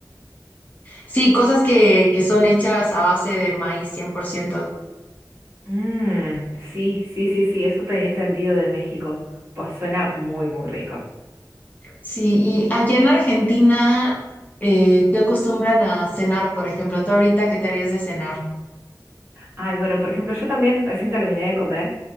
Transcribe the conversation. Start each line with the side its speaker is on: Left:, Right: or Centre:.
Left: Sí, cosas que, que son hechas a base de maíz 100%.
Right: Mmm, sí, sí, sí, sí, eso tenía entendido de México. Pues suena muy, muy rico.
Left: Sí, y allá en Argentina, eh, ¿qué acostumbran a cenar, por ejemplo? ¿Tú ahorita qué te harías de cenar?
Right: Ay, bueno, por ejemplo, yo también recién terminé de comer